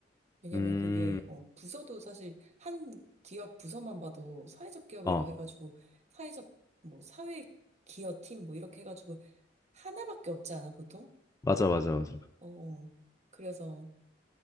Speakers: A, on the right; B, on the left.
A: 왜냐면
B: 음,
A: 그게, 어, 부서도 사실 한 기업 부서만 봐도 사회적 기업이라
B: 어,
A: 고 해가지고, 사회적, 뭐, 사회 기업 팀, 뭐, 이렇게 해가지고, 하나밖에 없지 않아, 보통?
B: 맞아, 맞아, 맞아.
A: 어, 어. 그래서